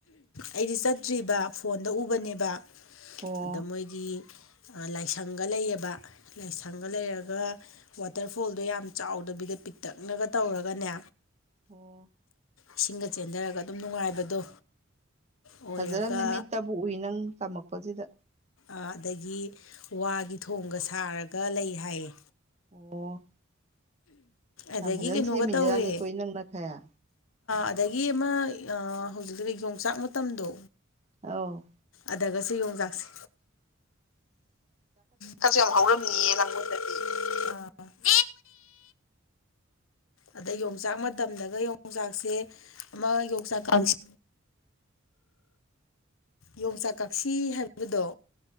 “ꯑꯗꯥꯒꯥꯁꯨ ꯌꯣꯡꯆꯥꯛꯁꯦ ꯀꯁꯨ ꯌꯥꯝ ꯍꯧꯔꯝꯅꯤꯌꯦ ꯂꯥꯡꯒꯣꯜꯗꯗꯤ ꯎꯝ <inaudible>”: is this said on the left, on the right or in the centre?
Left